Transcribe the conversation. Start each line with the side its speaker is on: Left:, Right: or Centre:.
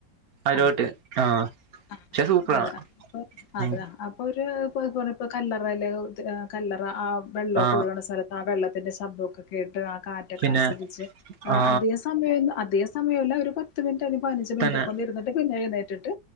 Right: അയ്ലോട്ട്
Left: ആഹ്
Right: ആഹ്
Left: ആഹ്
Right: പക്ഷേ സൂപ്പറാ
Left: ആഹ് അതെ അപ്പൊ അതെ
Right: ഉം
Left: അപ്പൊ ഒരു ഇപ്പഹ് പോലെ പ്പൊ കല്ലറ അല്ലെ ഏഹ് കല്ലറ ആ വെള്ളൊക്കെ
Right: ആ
Left: കൊഴുകണ സ്ഥലത്ത് ആ വെള്ളത്തിന്റെ ശബ്ദോക്കെ കേട്ട് ആ കാറ്റൊക്കെ
Right: പിന്നെ
Left: ആസ്വദിച്ച്
Right: ആ
Left: അധികം സമയം അതികം സമയല്ല ഒരു പത്ത് മിൻറ്റ് അല്ലേങ്കി പതിനഞ്ച് മിൻറ്റ്
Right: തന്നെ
Left: ഇരിന്നിട്ട് പിന്നെ എഴുന്നേറ്റിട്ട്